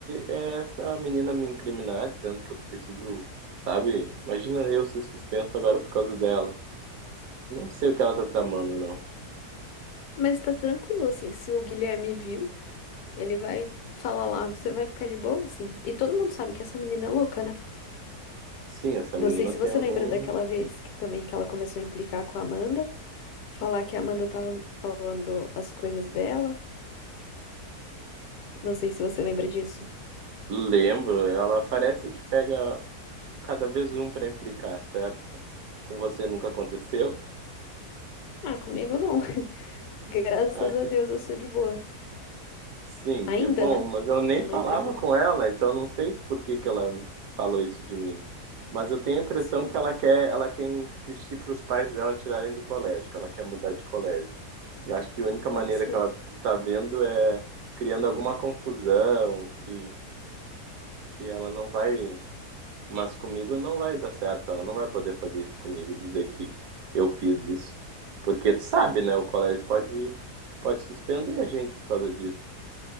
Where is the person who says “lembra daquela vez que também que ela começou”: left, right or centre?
Left